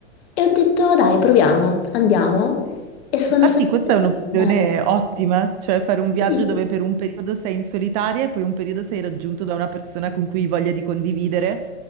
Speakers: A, on the left (about 55°); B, on the right (about 35°).
A: E ho detto, dai, proviamo, andiamo. E sono
B: Infatti
A: stata...
B: questa è un'opzione
A: Beh,
B: ottima, cioè fare un viaggio
A: Sì,
B: dove per un periodo sei in solitaria e poi un periodo sei raggiunto da una persona con cui hai voglia di condividere.